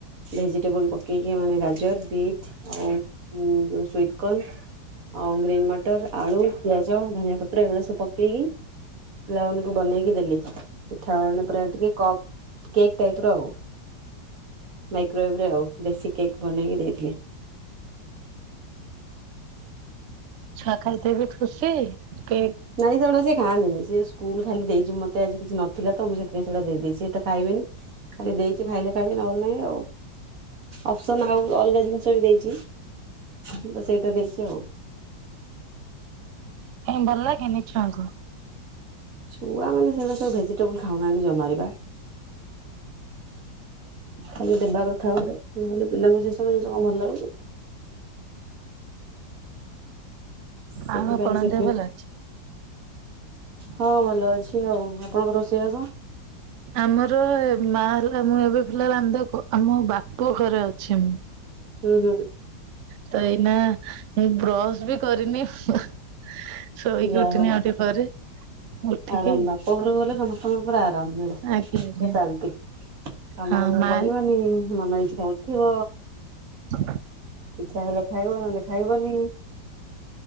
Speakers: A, on the right (about 45°); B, on the right (about 80°).
A: ଭେଜିଟେବୁଲ ପ। ପକେଇକି ମାନେ ଗାଜର, ବିଟ୍ ଆଉ ଯୋଉ ସ୍ବିଟକର୍ନ। ଆଉ ଗ୍ରୀନ୍ ମଟର, ଆଳୁ, ପିଆଜ, ଧନିଆ ପତ୍ର ଏଇଗୁଡା ସବୁ ପକେଇକି। ପିଲାମାନଙ୍କୁ ବନେଇକି ଦେଲି। ପିଠା ମାନେ ପୁରା ଟିକେ କପ୍ କେକ୍ ଟାଇପର ଆଉ ମାଇକ୍ରୋୱେଭରେ ଆଉ। ଦେଶୀ କେକ୍ ବନେଇକି ଦେଇଥିଲି।
B: ଛୁଆ ଖାଇକି ବି ଖୁସି। କେକ୍
A: ନାଇଁ ସେଗୁଡା ସେ ଖାଆନ୍ତିନି, ସେ ସ୍କୁଲ ଖାଲି ଦେଇଛି ମତେ ଆଜି କିଛି ନଥିଲା ତ ମୁଁ ସେଥିପାଇଁ ସେଇଟା ଦେଇ ଦେଇଛି ସେ ତ ଖାଇବେନି। ଖାଲି ଦେଇଛି ଖାଇଲେ ଖାଇବେ ନହେଲେ ନାହିଁ ଆଉ। ଅପ୍ସନ୍ ଆଉ ଅଲଗା ଜିନିଷ ବି ଦେଇଛି ମୁଁ ତ ସେଇଟା ଦେଇଛି ଆଉ।
B: କାଇଁ ଭଲ ଲାଗେନି ଛୁଆଙ୍କୁ?
A: ଛୁଆମାନେ ସେଗୁରା ସବୁ ଭେଜିଟେବୁଲ ଖାଉନାହାନ୍ତି ଜମାରୁ ପା। ଖାଲି ଦେବା କଥା ଗୋଟେ ମୁଁ କହିଲି ପିଲାଙ୍କୁ ସେଇ ସବୁ ଜିନିଷ କଣ ଭଲ ଲାଗୁଛି। ସେଥିପାଇଁ
B: ଆଉ <unintelligible>
A: ସେଠି
B: ଦେହ ଭଲ ଅଛି?
A: ହଁ ଭଲ ଅଛି ଆଉ ଆପଣଙ୍କ ରୋଷେଇବାସ?
B: ଆମର ଏ ମାଆ ହେରିକା ମୁଁ ଏବେ ପିଲା ରାନ୍ଧେ କୁ ଆମ ବାପ ଘରେ ଅଛି ମୁଁ।
A: ହୁଁ ହୁଁ।
B: ତ ଏଇନା ମୁଁ ବ୍ରଶ ବି କରିନି ହୁଁ ହୁଁ ଶୋଇକି
A: ଯାହା
B: ଉଠିନି
A: ହଉ
B: ଆଉ ଟିକେ ପରେ, ଉଠିକି
A: ଆରାମ ବାପ ଘରକୁ ଗଲେ ସମ ତମର ପୁରା ଆରାମ ମିଳେ,
B: ଆଜ୍ଞା
A: ପୁରା
B: ଆଜ୍ଞା
A: ଶାନ୍ତି କାମ
B: ହଁ
A: କରିବାକୁ
B: ମା
A: ପଡିବନି ମନ ଇଛା କୁହ।
B: ହ
A: ଇଛା ହେଲେ ଖାଇବ ନହେଲେ ଖାଇବନି।